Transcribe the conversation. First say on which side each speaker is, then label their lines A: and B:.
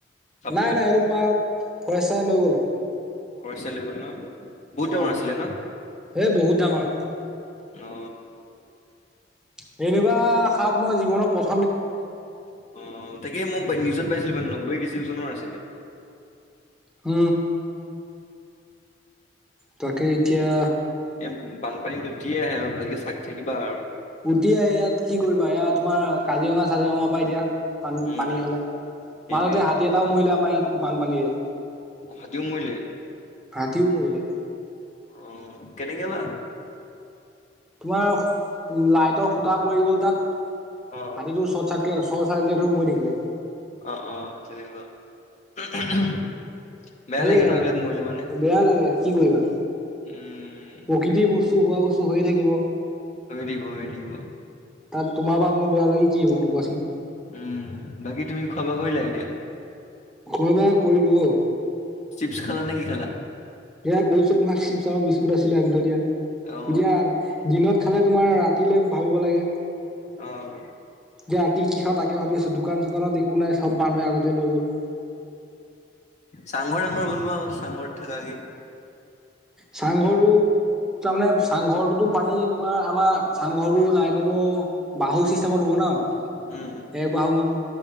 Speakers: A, on the left (about 40°); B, in the centre.
A: সাপটোৱে
B: নাই নাই সেইটো তোমাৰ ফৰেচাই লৈ গ'ল
A: কচাল গ ন বহুত
B: অ
A: দঙৰ আছিলে ন
B: সেই বহুত ডাঙৰ
A: অ
B: সেনেকুৱা সাপ মই জীৱনত প
A: আহ তাকে মই নিউজত পাইছিলো মানে নব্বৈ কেছি চনৰ আছিলে
B: হ তাকে এতিয়া
A: এ বানপানীত উঠিয়ে আহে আৰু ভালকে চাক থাকিবা আৰু
B: উটি আহ ইয়াত কি কৰিবা এয়া তোমাৰ কাজিৰঙা কাজিৰঙা পৰা এতিয়া পানী
A: উম
B: পানী হলে
A: সেইটোৱে
B: মাজতে
A: সেইটোৱে
B: হাতী এটাও মৰিলে আমাৰ ইয়াত বানপানীৰে
A: হাতীও মৰিলে
B: হাতীও মৰিলে
A: উম কেনেকে বা
B: তোমাৰ লাইটৰ ঘুটা পৰি গ'ল তাত
A: অ
B: হাতীটো চৰ্ট চাৰক চৰ্ট চাৰকেট হৈ মৰি থাকিলে
A: অ অ তেনেকুৱা <inaudible>
B: সে
A: লাগে
B: আৰু
A: ন এইবিলাক মৰিলে মানে
B: বেয়া লাগে আছে কি কৰিবা
A: উম
B: প্ৰকৃতিৰ বস্তু হোৱা বস্তু হৈয়ে থাকিব ।
A: হৈ থাকিব হৈ থাকিব ।
B: তাত তোমাৰ বা মোৰ বেয়া লাগি কি হ'বনো কোৱাচোন?
A: উম, বাকী তুমি খোৱা বোৱা কৰিলা এতিয়া?
B: খোৱা বোৱা কৰিলোঁ অ',
A: চিপছ খালা নে কি খালা?
B: সেয়া কৈছোঁ তোমাক চিপছ আৰু বিস্কুট আছিলে আনি থৈ দিয়া ।
A: অ
B: এতিয়া দিনত খালে তোমাৰ ৰাতিলে ভাবিব লাগে ।
A: অ',
B: যে ৰাতি কি খাওঁ তাকে ভাবি আছোঁ দোকান চোকানত একো নাই সব মানুহে আগতে লৈ গ'ল ।
A: চাংঘৰ চাংঘৰ বনোৱা আকৌ চাংঘৰত থাকাগে ।
B: চাংঘৰো তাৰমানে চাংঘৰটোতো পানী তোমাৰ আমাৰ চাংঘৰটো নাই কমেও বাঁহৰ চিষ্টেমত হব ন ।
A: উম
B: এক বাহু মান